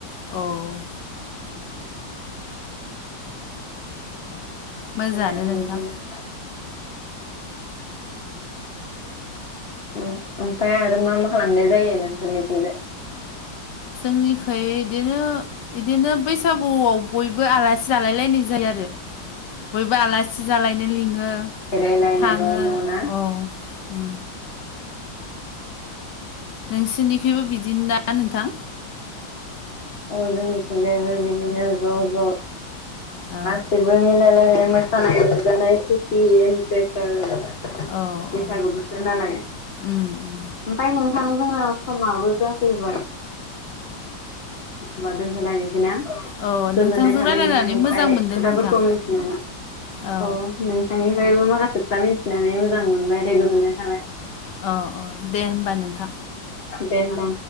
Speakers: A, on the left; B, on the left.
A: औ
B: गामि
A: मोजाङानो
B: गामि
A: नोंथां।
B: बिदिनो। उम ओमफाय आरो मा मा खालामनाय जायो नोंसोरनिथिंजाय?
A: जोंनिखै इदिनो इदिनो बैसागुआव बयबो आलासि जालायलायनाय जायो आरो बयबो आला सि जालायनो लिङो
B: बेरायलायनाय
A: थाङो
B: न' न' ना?
A: अ उम नोंसोरनिखैबो बिदिनोना नोंथां?
B: औ जोंनिथिंजायबो बिदिनो ज' ज'
A: औ
B: गासै <unintelligible> मिलायलायनाय मोसानाय रंजानाय खुसि एन्टारेस्त आरो ना
A: औ
B: बैसागु
A: औ
B: बोथोर नालाय। ओमफाय
A: उम उम
B: नोंथां जोंहा समाबो जाफैबाय‌ होनबा दोनथ'लायनोसैना
A: औ
B: गोजोननाय
A: नोंथांजों
B: थाबाय
A: रायलायनानै
B: नोंथांनिफ्राय
A: मोजां मोनदों
B: खोथाफोरखौ
A: नोंथां
B: मिथिनानै।
A: औ
B: अ' नोंथांनिफ्रायबो माखासे खोथा मिथिनानै मोजां मोनबाय दे गोजोननाय थाबाय।
A: अ' अ' दे होमबा नोंथां।
B: दे होमबा